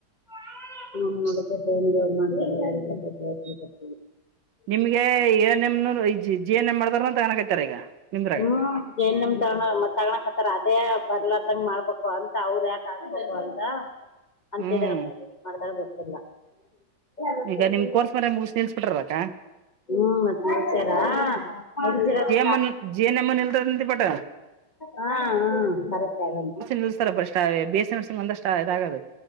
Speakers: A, on the left; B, on the right.
A: <unintelligible>
B: ನಿಮ್ಗೆ N M G N M ಮಾಡ್ದಾರ ತಗಕೈತಾರ ಈಗ. ನಿಮ್ದ್ರಾಗ
A: ಹಾ. ಜೆ ಎನ್ ಎಂ ತಗ ತಗಣಕ್ ಹತ್ತಾರ ಅದೇ ಬರ್ಲದಂಗ ಮಾಡ್ಬೇಕು ಅಂತ ಅವ್ರ ಯಾಕ ಹಾಕ್ಬೇಕು ಅಂತ. ಅಂತಿದ್ದರ
B: ಹ್ಮ್
A: ಪಾ ಏನ್ ಮಾಡ್ತಾರ ಗೊತ್ತಿಲ್ಲ. ಮತ್ತೆ
B: ಈಗ ನಿಮ್
A: ಸುಮ್ನೆ
B: ಕೋರ್ಸ್ ಮರ ಮುಗಿಸಿ ನಿಲ್ಸ್ ಬಿಟ್ರಕ್ಕಾ.
A: ಹ್ಮ್ ಮತ್ತ್ ನಿಲ್ಲಿಶ್ಯರ. <unintelligible>
B: ಮ್ಮನ್ ಜಿ ಎನ್ ಎಮ್ಮನ್ ಇಲ್ರ ಬಟ್.
A: ಹಾ ಹ ಕರೆಕ್ಟ್ ಅದನು.
B: ನಿಲಸ್ತಾರ ಬಷ್ಟ ಬಿ ಎಸ್ ಈ ನರ್ಸಿಂಗ್ ಒಂದಷ್ಟ ಇದಾಗದು.